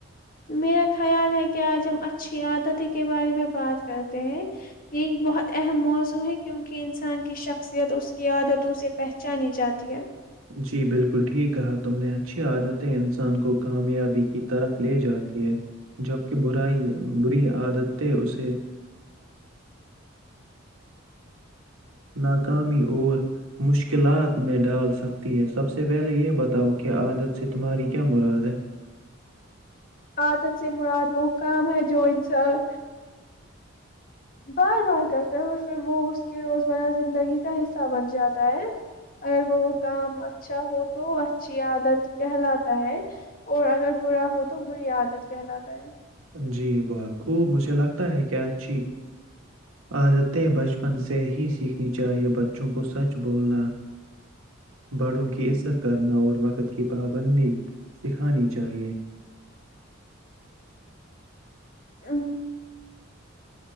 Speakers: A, on the left (about 45°); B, on the right (about 85°).
A: میرا خیال ہے کہ آج ہم اچھی عادتیں کے بارے میں بات کرتے ہیں یہ ایک بہت اہم موضوع ہے کیونکہ انسان کی شخصیت اس کی عادت تے پہچانی جاتی ہے
B: جی بالکل ٹھیک کہا تم نے اچھی عادتیں انسان کو کامیابی کی طرف لے جاتی ہے جبک برائی بری عادتیں اسے ناکامی اور مشکلات میں ڈال سکتی ہے، سب سے پہلے یہ بتاؤ کہ عادت سے تمہاری کیا مراد ہے
A: عادت سے مراد وہ کام ہے جو انسان بار بار کرتا ہے اور پھر وہ اس کی روزمرہ زندگی کا حصہ بن جاتا ہے اگر وہ کام اچھا ہو تو اچھی عادت کہلاتا ہے اور اگر برا ہو تو بری عادت کہلاتا ہے
B: جی بہت خوب مجھے لگتا ہے کہ اچھی عادتیں بچپن سے ہی سیکھنی چاہیے بچوں کو سچ بولنا بڑوں کی عزت کرنا اور وقت کی پابندی سکھانی چاہیے
A: ہ <inaudible>